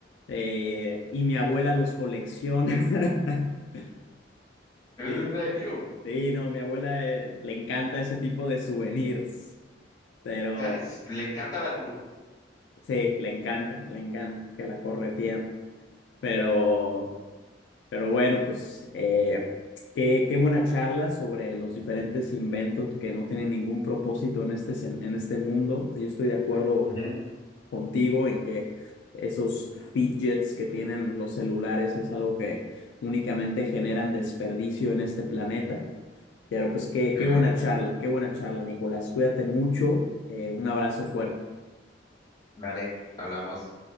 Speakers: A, on the left (about 80°); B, on the left (about 20°).
A: Eh, y mi abuela los colecciona. <laughs>
B: es
A: Sí,
B: en serio. O
A: sí, no, mi abuela eh, le encanta ese tipo de souvenirs, pero
B: sea, es- le encanta el albur.
A: sí, le encanta, le encanta que la corretean. Pero Pero bueno, pues eh, qué, qué buena charla sobre los diferentes inventos que no tienen ningún propósito en este, sen- en este mundo. Yo estoy de acuerdo
B: Ujú.
A: contigo en que esos fidgets que tienen los celulares es algo que únicamente generan desperdicio en este planeta. Pero pues qué,
B: Ujú,
A: qué buena charla, qué buena charla, Nicolás. Cuídate mucho. eh, un abrazo fuerte.
B: Dale, hablamos.